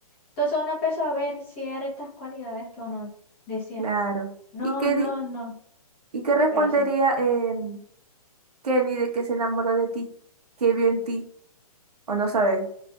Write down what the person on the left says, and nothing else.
Entonces uno empezó a ver ciertas cualidades que uno decía,
no,
no,
no,
pero sí.